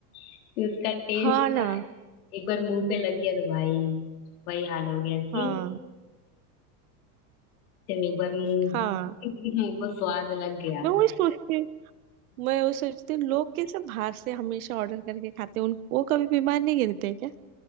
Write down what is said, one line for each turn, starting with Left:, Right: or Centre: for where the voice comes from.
Left: कि उसका टेस्ट
Right: हाँ ना
Left: ना एक बार मुंह पे लग गया तो भाई वही हाल हो गया कि
Right: हाँ
Left: जब एक बार मुंह
Right: हाँ
Left: <laughs> मुंह को स्वाद लग गया
Right: मैं वही सोचती हूँ मैं वो सोचती हूँ लोग कैसे बाहर से हमेशा ऑर्डर करके खाते हैं उन वो कभी बीमार नहीं गिरते क्या